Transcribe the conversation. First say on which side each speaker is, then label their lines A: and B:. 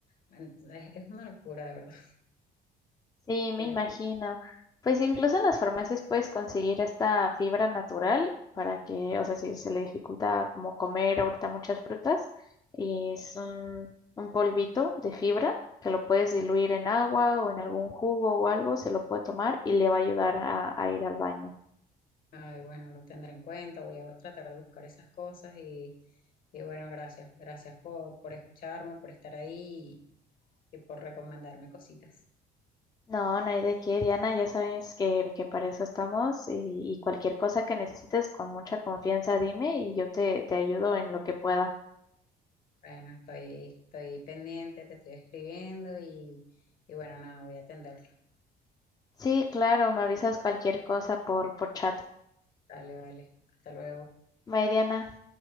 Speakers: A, on the left (about 60°); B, on the left (about 20°).
A: Entonces, es una locura, de verdad,
B: Sí,
A: <laughs>
B: me
A: de verdad.
B: imagino. Pues incluso en las farmacias puedes conseguir esta fibra natural para que, o sea, si se le dificulta como comer ahorita muchas frutas, y es un, un polvito de fibra que lo puedes diluir en agua o en algún jugo o algo, se lo puede tomar y le va a ayudar a, a ir al baño.
A: Ay, bueno, lo tendré en cuenta, voy a tratar de buscar esas cosas y, y bueno, gracias, gracias por, por escucharme, por estar ahí y y por recomendarme cositas.
B: No, no hay de qué, Diana, ya sabes que, que para eso estamos y, y cualquier cosa que necesites con mucha confianza dime y yo te, te ayudo en lo que pueda.
A: Bueno, estoy, estoy pendiente, te estoy escribiendo y, y bueno, nada, voy a atenderlo.
B: Sí, claro, me avisas cualquier cosa por, por chat.
A: Dale, vale. Hasta luego.
B: Bye, Diana.